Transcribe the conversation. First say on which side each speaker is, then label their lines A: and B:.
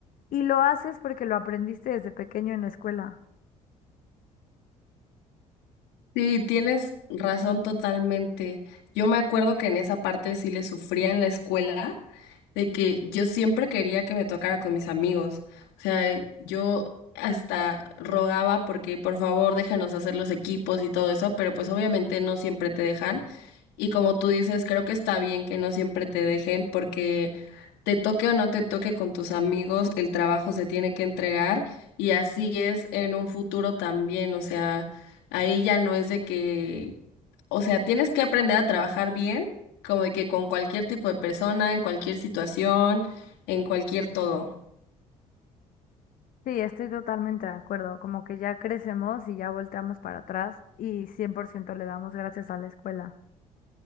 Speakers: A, on the left; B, on the left.
A: y lo haces porque lo aprendiste desde pequeño en la escuela.
B: Sí, tienes razón totalmente. Yo me acuerdo que en esa parte sí le sufría en la escuela de que yo siempre quería que me tocara con mis amigos. O sea, eh, yo hasta rogaba porque por favor déjanos hacer los equipos y todo eso, pero pues obviamente no siempre te dejan. Y como tú dices, creo que está bien que no siempre te dejen porque te toque o no te toque con tus amigos, el trabajo se tiene que entregar y así es en un futuro también, o sea, ahí ya no es de que o sea, tienes que aprender a trabajar bien, como de que con cualquier tipo de persona, en cualquier situación, en cualquier todo.
A: Sí, estoy totalmente de acuerdo, como que ya crecemos y ya volteamos para atrás y cien por ciento le damos gracias a la escuela.